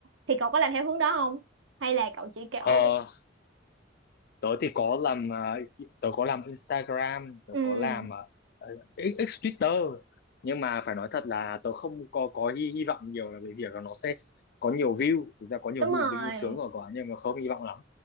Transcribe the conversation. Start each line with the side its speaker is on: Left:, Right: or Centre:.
Right: Thì cậu có làm theo hướng đó không? Hay là cậu chỉ kiểu
Left: Ờ, tớ thì có làm uh, tớ có làm Instagram, tớ
Right: ừ
Left: có làm uh, X, X Twitter nhưng mà phải nói thật là tớ không có có hy, hy vọng nhiều là về việc là nó sẽ có nhiều view, thực ra có nhiều
Right: đúng
Left: view
Right: rồi.
Left: tính sướng rồi quá nhưng mà không hy vọng lắm.